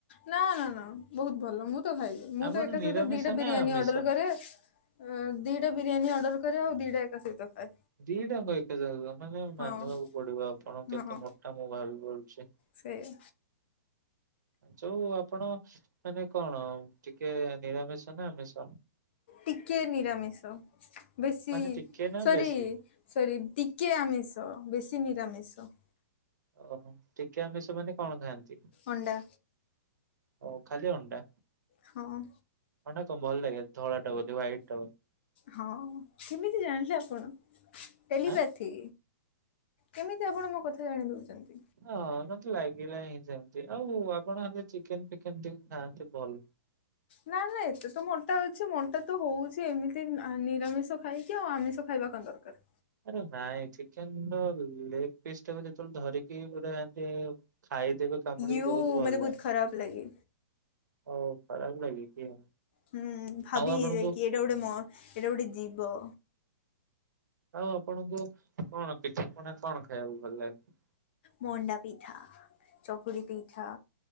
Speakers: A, on the left (about 35°); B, on the right (about 75°).
A: ନା ନା ନା ବହୁତ ଭଲ। ମୁଁ ତ ଖାଇବି, ମୁଁ
B: ଆପଣ
A: ତ ଏକା
B: ନିରାମିଷ
A: ସହିତ ଦିଟା ବିରିୟାନୀ
B: ନା ଆମିଷ?
A: ଅର୍ଡର କରେ। ଅ ଦିଟା ବିରିୟାନୀ ଅର୍ଡର କରେ, ଆଉ ଦିଟା ଏକା ସହିତ। ଖାଏ।
B: ଦି ଟାଙ୍କ ଏକ ସାଙ୍ଗ ମାନେ
A: ହଁ
B: ମାନିବାକୁ ପଡିବ, ଆପଣ କେତେ
A: ହଁ
B: ମୋଟା ମୁଁ ଭାବି ପାରୁଛି।
A: ସେଇଆ।
B: ଯୋଉ ଆପଣ ମାନେ କଣ ଟିକେ, ନିରାମିଷ ନା ଆମିଷ?
A: ଟିକେ ନିରାମିଷ। ବେଶୀ
B: ମାନେ ଟିକେ ନା
A: ସରି,
B: ବେଶୀ?
A: ସରି, ଟିକେ ଆମିସ୍ ତ ବେଶି ନିରାମିଷ।
B: ଓହୋ ଟିକେ ଆମିଷ ମାନେ କଣ ଖାଆନ୍ତି?
A: ଅଣ୍ଡା।
B: ଓ ଖାଲି ଅଣ୍ଡା?
A: ହଁ।
B: ଅଣ୍ଡା କଣ ଭଲ ଲାଗେ, ଧଳା ଟା ବୋଧେ ହ୍ୱାଇଟ ଟା ବୋଧେ।
A: ହଁ, କେମିତି ଜାଣିଲେ ଆପଣ? ଟେଲିପାଥି।
B: ଆଁ?
A: କେମିତି ଆପଣ ମୋ କଥା ଜାଣି ଦଉଛନ୍ତି?
B: ହଁ, ମତେ ଲାଗିଲା ହିଁ ସେମତି ଆଉ ଆପଣଲେ ଚିକେନ୍ ଫିକେନ୍ ଟିକେ ଖାଆନ୍ତେ ଭଲ।
A: ନା ନା ଏତେ ତ ମୋଟା ଅଛି। ମୋଟା ତ ହଉଛି ଏମିତି ନିରାମିଷ ଆ ଖାଇକି ଆଉ ଆମିଷ ଖାଇବା କଣ ଦରକାର।
B: ଆରେ ନାଇଁ, ଚିକେନ ର ଲେଗ ପିସ୍ ଟାକୁ ଯେତେବେଳେ ଧରିକି ପୁରା ଏମିତି ଖାଇଦବ କାମୁଡ଼ିକି
A: ୟୁ
B: ବହୁତ ଭଲ।
A: ମତେ ଖରାପ ଲାଗେ
B: ଓଃ ଖରାପ ଲାଗେ କି।
A: ହୁଁ ଭାବି
B: ଆଉ ଆପଣଙ୍କୁ
A: ହେଇଯାଏକି ଏଇଟା ଗୋଟେ ମ ଏଇଟା ଗୋଟେ ଜୀବ।
B: ଆଉ ଆପଣଙ୍କୁ, କଣ କିଛି ମାନେ କଣ ଖାଇବାକୁ ଭଲ ଲାଗେ।
A: ମଣ୍ଡା ପିଠା। ଚକୁଳି ପିଠା